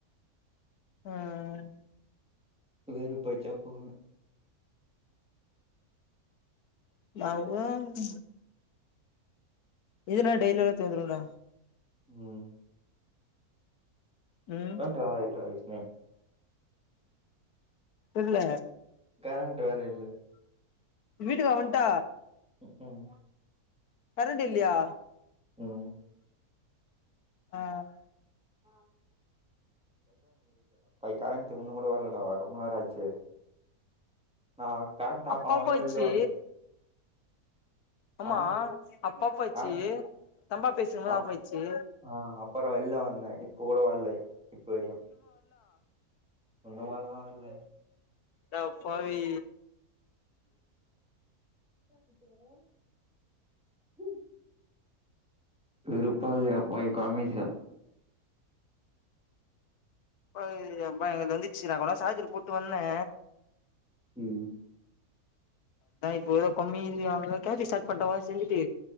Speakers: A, on the left; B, in the centre.
A: உம்
B: வேறு போச்சா போங்க
A: <unintelligible> இதுனா டெய்லிலா தீந்திருல்ல
B: உம்
A: ம்
B: அதா காலைல வைஸ் நேம்
A: இல்ல
B: கரண்ட் வேற இல்ல
A: வீட்டுக்கா வன்ட்ட
B: உக்கும்
A: கரண்ட் இல்லயா
B: உம்
A: ஆஹ்
B: <unintelligible> கரண்ட் ஒன்னு கூட வரலடா ரொம்ப நேரம் ஆச்சு நா கரண்ட் ஆஃப்
A: அப்பா
B: பண்ண உடனே
A: போச்சு
B: வெளில வந்தே
A: ஆமா
B: ஆ
A: அப்பா போச்சு
B: கரண்ட்
A: தம்பா பேச போது
B: ஆ
A: ஆஃப்பாச்சு
B: ஆ அப்புறோ வெளில வந்தே இப்ப கூட வலே தெரியு ஒண்ணுமலா வல்ல
A: அடப்பாவி
B: <inaudible> வெறுப்பா இருக்குதுடா போய் <unintelligible>
A: <unintelligible> வந்துச்சு நா தா சாஜரு போட்டு வந்தே
B: உம்
A: நா இப்போ கம்மி <unintelligible> ஸார்ட் பண்ணமாரி செஞ்சுட்டு